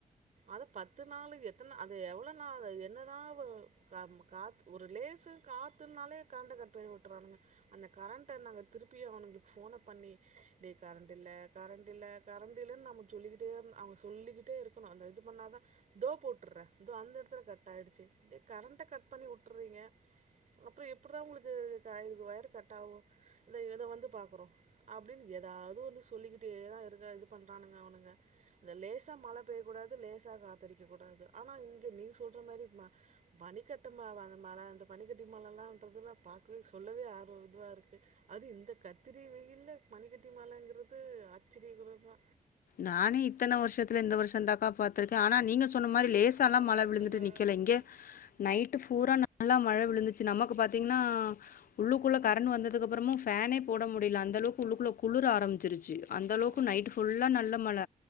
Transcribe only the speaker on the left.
நானே இத்தன வருஷத்துல இந்த வருஷோ தாக்கா பாத்திருக்கே. ஆனா நீங்க சொன்ன
மாரி லேசா
எல்லா மழை விழுந்துட்
நிக்கல இங்க.
நைட் பூரா நல்லா மழ விழுந்துச்சு. நமக்கு பாத்தீங்ன்னா உள்ளுக்குள்ள கரண்ட் வந்ததுக்கப்பறமு ஃபேனே போட முடில. அந்த அளவுக்கு உள்ளுக்குள்ள குளுர ஆரம்பிச்சிருச்சு. அந்த அளவுக்கு
நைட் ஃபுல்லா நனஞ் நல்ல மழ.